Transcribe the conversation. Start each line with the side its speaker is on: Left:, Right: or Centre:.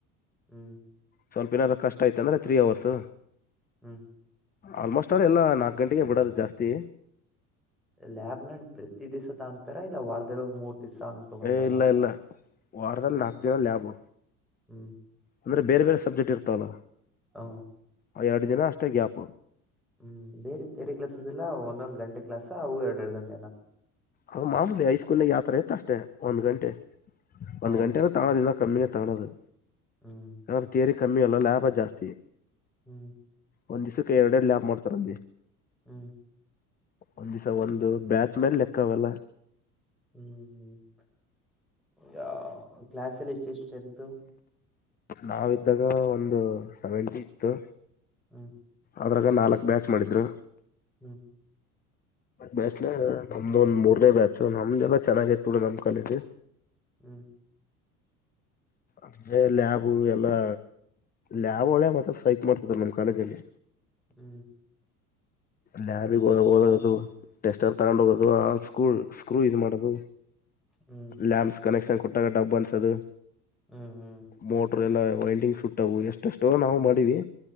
Centre: ಹು
Left: ಸ್ವಲ್ಪ ಏನಾರ ಕಷ್ಟ ಐತಿ ಅಂದ್ರೆ ತ್ರೀ ಅವರ್ಸ್
Centre: ಹು
Left: ಆಲ್ಮೋಸ್ಟ್ ಆಲ್ ಎಲ್ಲಾ ನಾಕ್ ಗಂಟೆಗೆ ಬಿಡದು ಜಾಸ್ತಿ
Centre: ಲ್ಯಾಬ್ ನ ಪ್ರತಿ ದಿವಸ ತ ಅಂತಾರ ಇಲ್ಲ ವಾರದೆ ಮೂರ್ ದಿವ್ಸ ಹಂಗ್ ತಗೊಂತಾರ
Left: ಏ ಇಲ್ಲ ಇಲ್ಲ ವಾರದಲ್ಲಿ ನಾಲ್ಕು ದಿನ ಲ್ಯಾಬ್
Centre: ಹು
Left: ಅಂದ್ರೆ ಬೇರೆ ಬೇರೆ ಸಬ್ಜೆಕ್ಟ್ ಇರ್ತಾವಲ್ಲ
Centre: ಹ
Left: ಅವ ಎರಡು ದಿನ ಅಷ್ಟೇ ಗ್ಯಾಪ್
Centre: ಹು ಬೇರೆ ತೇರೆ ಕ್ಲಾಸಸ್ ಎಲ್ಲ ಒಂದೊಂದ್ ಗಂಟೆ ಕ್ಲಾಸ್ ಅವು ಎರಡೆ ಎರಡು ಗಂಟೆ
Left: ಹ ಮಾಮೂಲಿ ಹೈಸ್ಕೂಲ್ ಯಾವ ತರ ಇತ್ತು ಅಷ್ಟೆ ಒಂದ್ ಗಂಟೆ
Centre: ಹ್ಮ್
Left: ಒಂದ್ ಗಂಟೆನ ತೊಗೊಳೋದು ಇಲ್ಲ ಕಮ್ಮಿಯ ತಗಲೋದು
Centre: ಹ್ಮ್
Left: ಅದು ಥೇರಿ ಕಮ್ಮಿ ಅಲ್ಲ ಲಾಭ ಜಾಸ್ತಿ
Centre: ಹು
Left: ಒಂದ್ ದಿವ್ಸಕ್ಕೆ ಎರಡ ಎಡು ಲ್ಯಾಬ್ ಮಾಡ್ತಾರ ಅಲ್ಲಿ
Centre: ಹು
Left: ಒಂದ್ ದಿವ್ಸ ಒಂದು ಬ್ಯಾಚ್ ಮೇಲೆ ಲೆಕ್ಕಾವೆಲ್ಲ
Centre: ಹು ಹು ಈಗ ಕ್ಲಾಸ್ಲ್ಲಿ ಎಷ್ಟುಷ್ಟು ಸ್ಟ್ರೆಂತೂ
Left: ನಾವ್ ಇದಾಗ ಒಂದು ಸೆವೆಂಟಿ ಇತ್ತು
Centre: ಹ್ಮ್
Left: ಅದ್ರಾಗ ನಾಲ್ಕು ಬ್ಯಾಚ್ ಮಾಡಿದ್ರು
Centre: ಹು
Left: ಬ್ಯಾಚ್ ನಮ್ದು ಒಂದ್ ಮೂರ್ನೇ ಬ್ಯಾಚ್ ನಮ್ದಲ್ಲಾ ಚೆನ್ನಾಗಿತ್ತು ಬಿಡ ನಮ್ ಕಾಲೇಜ
Centre: ಹು
Left: ಅಲ್ಲೆ ಲ್ಯಾಬು ಎಲ್ಲಾ ಲ್ಯಾಬ್ ಒಳೆ ಮಾ ಸೈಕ್ ಮಾಡ್ತಿದ್ರು ನಮ್ ಕಾಲೇಜಲ್ಲಿ
Centre: ಹು
Left: ಲ್ಯಾಬ್ ಗೆ ಓದದು ಟೆಸ್ಟರ್ ತಗೊಂಡ್ ಹೋಗೋದು ಆ ಸ್ಕ್ರೂ ಸ್ಕ್ರೂ ಇ ಮಾಡೋದು
Centre: ಹ್ಮ್
Left: ಲ್ಯಾಂಪ್ಸ್ ಕನೆಕ್ಷನ್ ಕೊಟ್ಟಾಗ ಡಬ್ ಅನ್ಸದು
Centre: ಹ್ಮ್ ಹ್ಮ್
Left: ಮೋಟ್ರ ಎಲ್ಲ ವೈಂಡಿಂಗ್ ಸುಟ್ಟವು ಎಷ್ಟಷ್ಟ ನಾವು ಮಾಡಿವಿ